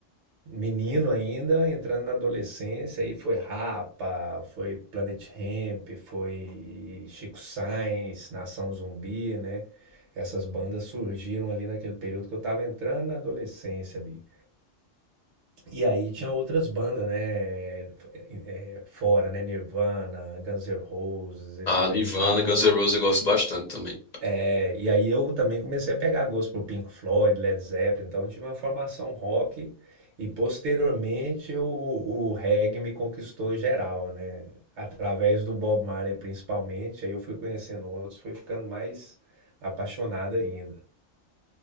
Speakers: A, on the right; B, on the left.
A: menino ainda, entrando na adolescência, aí foi Rapa, foi Planet Hemp, foi Chico Science, Nação Zumbi, né? Essas bandas surgiram ali naquele período que eu tava entrando na adolescência ali. E aí tinha outras bandas, né? eh, Fora, né? Nirvana, Guns N' Roses, esses
B: A Nirvana,
A: aí estavam
B: Guns N' Roses eu gosto bastante também.
A: É, e aí eu também comecei a pegar gosto por Pink Floyd, Led Zeppelin, então eu tive uma formação rock e posteriormente o, o reggae me conquistou geral, né? Através do Bob Marley principalmente, aí eu fui conhecendo outros, fui ficando mais apaixonado ainda.